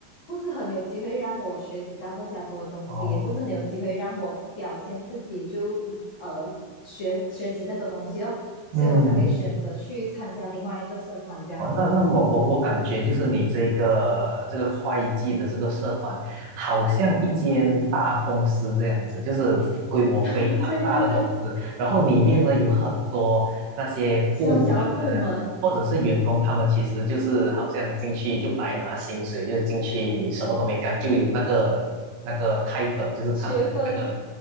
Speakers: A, on the left (about 50°); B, on the right (about 65°).
A: 不是很有机会让我学习到更加多的东西，
B: 哦，
A: 也不是很有机会让我表现自己就呃学学习更多东西哦，所以我才会选择去参加另外一个社团这样子哦。
B: 嗯。哦，那那我我我感觉就是你这个这个会计的这个社团，好像一间大公司这样子，就是规模非常大的公司，
A: <laughs> 对对对，
B: 然后里面呢有很多那些部门啊，
A: 小小的部门
B: 或者是员工，他们其实就是好像进去就白拿薪水，就进去什么都没干，就有那个那个 title，就是他们那个
A: 学分，